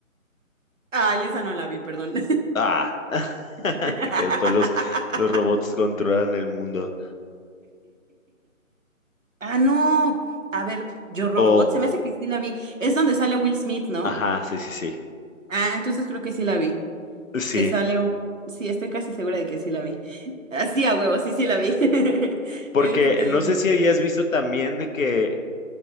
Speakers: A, on the right (about 65°); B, on the left (about 70°).
A: Ay, esa no la vi, perdón.
B: Ah,
A: <laughs>
B: <laughs> que después los, los robots controlan el mundo.
A: Ah, no. A ver, Yo Robot,
B: O,
A: se me hace que sí la vi. Es donde sale Will Smith, ¿no?
B: ajá, sí, sí, sí.
A: Ah, entonces creo que sí la vi.
B: Sí.
A: Que sale un... Sí, estoy casi segura de que sí la vi. Así a huevo, sí, sí la vi. <laughs>
B: Porque
A: Este.
B: no sé si hayas visto también de que,